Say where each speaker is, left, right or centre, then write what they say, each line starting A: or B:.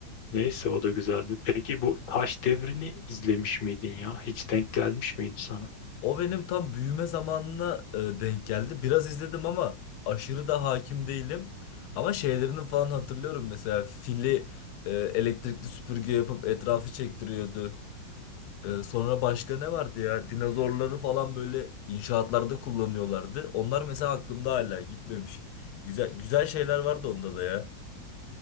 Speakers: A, on the left; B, on the left.
A: Neyse o da güzeldi. Peki bu Taş Devri'ni izlemiş miydin ya? Hiç denk gelmiş miydi sana?
B: O benim tam büyüme zamanına e, denk geldi. Biraz izledim ama aşırı da hakim değilim. Ama şeylerini falan hatırlıyorum mesela fili e, elektrikli süpürge yapıp etrafı çektiriyordu. Ee, sonra başka ne vardı ya? Dinozorları falan böyle inşaatlarda kullanıyorlardı. Onlar mesela aklımda hala gitmemiş. Güzel güzel şeyler vardı onda da ya.